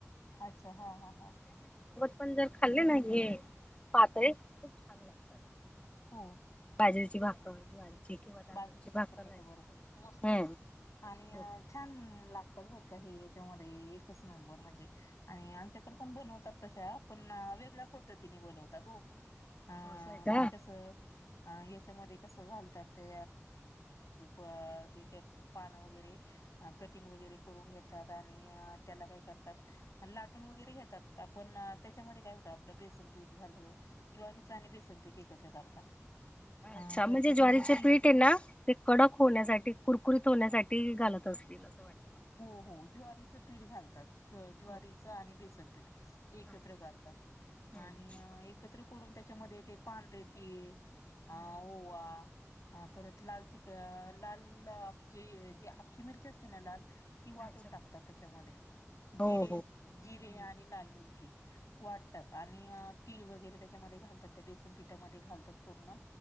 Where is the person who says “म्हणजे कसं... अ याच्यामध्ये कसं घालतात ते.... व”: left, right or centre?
Left